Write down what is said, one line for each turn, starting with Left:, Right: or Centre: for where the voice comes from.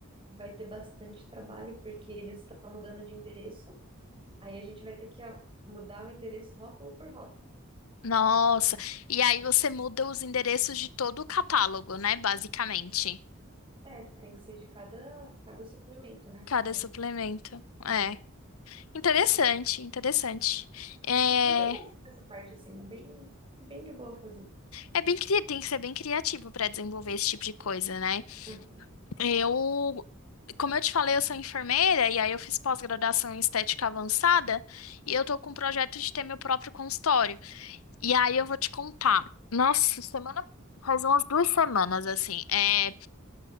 Right: vai ter bastante trabalho, porque eles estão mudando de endereço. Aí a gente vai ter que ah, mudar o endereço rótulo por rótulo,
Left: Nossa.
Right: né?
Left: E aí você muda os endereços de todo o catálogo, né? Basicamente.
Right: É, tem que ser de cada, cada suplemento, né? Cada...
Left: Cada suplemento. É.
Right: ah,
Left: Interessante, interessante. É,
Right: é. Mas eu gosto dessa parte, assim, é bem, bem de boa fazer.
Left: é bem, cri- tem que ser bem criativo para desenvolver esse tipo de coisa, né?
Right: Ah,
Left: Eu, como eu te falei, eu sou enfermeira e aí eu fiz pós-graduação em estética avançada e eu tô com um projeto de ter meu próprio consultório. E aí eu vou te contar. Nossa, semana, faz umas duas semanas assim. é,